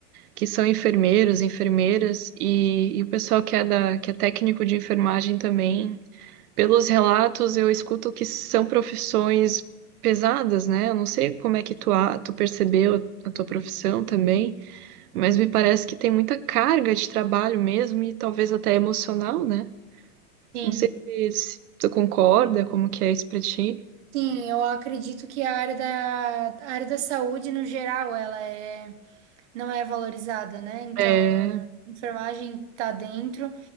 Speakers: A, on the right; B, on the right.
A: que são enfermeiros, enfermeiras e, e o pessoal que é da, que é técnico de enfermagem também. Pelos relatos, eu escuto que são profissões pesadas, né? Eu não sei como é que tu, a, tu percebeu a tua profissão também, mas me parece que tem muita carga de trabalho mesmo e talvez até emocional, né?
B: Sim.
A: Não sei se, se tu concorda, como que é isso pra ti.
B: Sim, eu acredito que a área da, a área da saúde, no geral, ela é, não é valorizada, né? Então,
A: É.
B: a enfermagem tá dentro